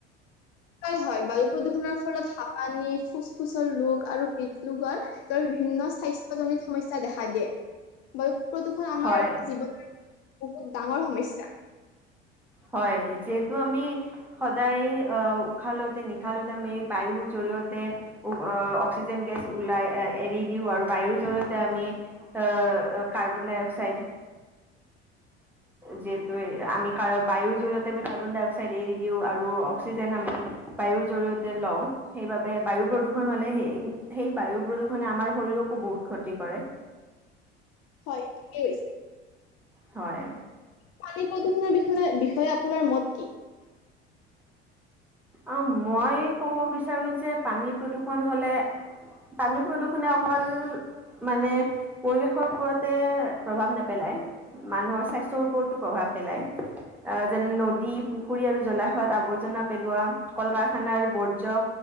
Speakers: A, on the left (about 45°); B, in the centre.
A: হয় হয়। বায়ু প্ৰদূষণৰ ফলত হাঁপানি ফুচ ফুচৰ ৰোগ আৰু হৃদৰোগ হয়। ৰ বিভিন্ন স্বাস্থ্যজনিত সমস্যা দেখা দিয়ে। প্ৰদূষণ আমাৰ
B: হয়
A: জীৱনৰ বহুত ডাঙৰ সমস্যা।
B: হয়। যিহেতু আমি সদায় উশাহ লওতে নিশাহ লওতে আমি বায়ুৰ জৰিয়তে অক্সিজেন গেছ ওলাই এৰি দিওঁ, আৰু বায়ুৰ জৰিয়তে আমি অ', কাৰ্বন ডাই অক্সাইড যিহেতু আমি কাৰ- বায়ুৰ জৰিয়তে আমি কাৰ্বন ডাই অক্সাইড এৰি দিওঁ আৰু, অক্সিজেন আমি বায়ুৰ জৰিয়তে লওঁ। সেইবাবে বায়ু প্ৰদূৰষণ হলে, সেই-সেই বায়ু প্ৰদূষণে আমাৰ শৰীৰকো বহুত ক্ষতি কৰে।
A: হয়, ঠিকে কৈছে।
B: হয়।
A: পানী প্ৰদূষণৰ বিষয়-বিষয়ে আপোনাৰ মত কি?
B: অ', মই কব বিচাৰো যে পানী প্ৰদূৰ্ষণ হলে পানী প্ৰদূষণে অকল মানে পৰিৱেশৰ ওপৰতে প্ৰভাৱ নেপেলায়। মানুহৰ স্বাস্থ্যৰ ওপৰতো প্ৰভাৱ পেলায়। আ, যেনে নদী পুখুৰী আৰু জলাশয় আৱৰ্জনা পেলোৱা কল-কাৰখানাৰ বৰ্জ্য